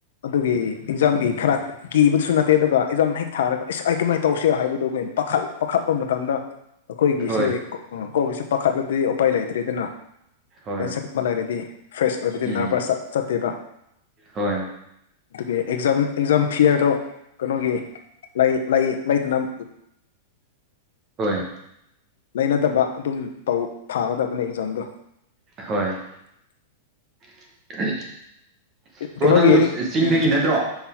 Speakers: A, on the left (about 80°); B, on the right (about 20°).
A: ꯑꯗꯨꯒꯤ ꯑꯦꯛꯖꯥꯝꯒꯤ ꯈꯔ ꯀꯤꯕꯗꯨꯁꯨ ꯅꯠꯇꯦ ꯑꯗꯨꯒ ꯑꯦꯛꯖꯥꯝ ꯍꯦꯛ ꯊꯥꯔꯒ ꯑ ꯀꯃꯥꯏ ꯇꯧꯁꯤꯔ ꯍꯥꯏꯕꯗꯨ ꯒ꯭ꯋꯦꯟ ꯄꯥꯈꯠ ꯄꯥꯈꯠꯄ ꯃꯇꯝꯗ ꯑꯈꯣꯏꯒꯤꯁꯦ
B: ꯍꯣꯏ
A: ꯑꯣ ꯀꯧꯒꯤꯁꯦ ꯄꯥꯈꯠꯂꯗꯤ ꯎꯄꯥꯏ ꯂꯩꯇ꯭ꯔꯦꯗꯅ
B: ꯍꯣꯏ
A: ꯇꯦꯟꯁꯟ ꯑꯃ ꯂꯩꯔꯗꯤ ꯐ꯭ꯔꯦꯁ ꯑꯣꯏꯕꯗꯤ
B: ꯎꯝ
A: ꯅꯔꯚꯁ ꯆꯠꯇꯦꯕ
B: ꯍꯣꯏ
A: ꯑꯗꯨꯒꯤ ꯑꯦꯛꯖꯥꯝ ꯑꯦꯛꯖꯥꯝ ꯐꯤꯌꯔꯗꯣ ꯀꯅꯣꯒꯤ ꯂꯩ ꯂꯩ ꯂꯥꯏꯇ꯭ꯅꯝ
B: ꯍꯣꯏ
A: ꯂꯩꯅꯗꯕ ꯑꯗꯨꯝ ꯇꯧ ꯊꯥꯒꯗꯕꯅꯦ ꯑꯦꯛꯖꯥꯝꯗꯣ
B: ꯍꯣꯏ <unintelligible> ꯕ꯭ꯔꯣ
A: ꯀꯩꯅꯣꯒꯤ
B: ꯅꯪꯁꯨ
A: ꯑꯦꯛ
B: ꯆꯤꯡꯗꯒꯤ
A: ꯎꯝ
B: ꯅꯠꯇ꯭ꯔꯣ